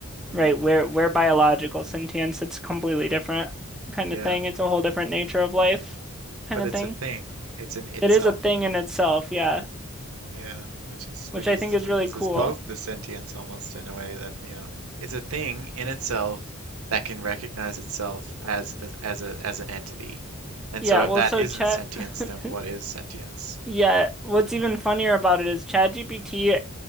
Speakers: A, on the right; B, in the centre.
A: Mm,
B: right? We're we're biological sentience. It's completely different kind
A: yeah,
B: of thing. It's a whole different nature of life kind
A: but
B: of
A: it's
B: thing.
A: a thing. It's an itself.
B: It is a thing in itself, yeah,
A: Yeah, which is
B: which
A: which is
B: I think is
A: which
B: really
A: is
B: cool.
A: as close to sentience almost in a way that, you know, it's a thing in itself that can recognize itself as as, as a as an entity. And
B: Yeah,
A: so if
B: well,
A: that
B: so
A: isn't
B: Chet
A: sentience, then
B: <laughs>
A: what is sentience?
B: Yeah, what's even funnier about it is ChatGPT